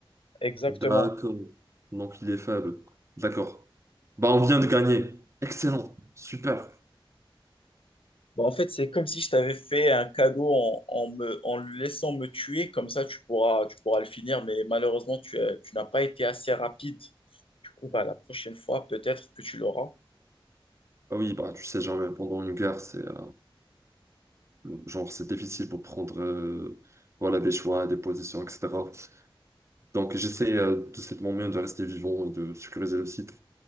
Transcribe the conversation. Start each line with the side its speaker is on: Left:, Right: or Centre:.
Left: Exactement.
Right: D'accord. Donc il est faible. D'accord. Bah on vient de gagner. Excellent. Super.
Left: Bah, en fait, c'est comme si je t'avais fait un cadeau en, en me, en le laissant me tuer, comme ça tu pourras, tu pourras le finir, mais malheureusement, tu, as- tu n'as pas été assez rapide. Du coup, bah, la prochaine fois, peut-être que tu l'auras.
Right: Ah oui, bah tu sais jamais, pendant une guerre, c'est euh, Genre, c'est difficile pour prendre euh, voilà, des choix, des positions, etc. Donc, j'essaie euh, de cette manière de rester vivant et de sécuriser le site.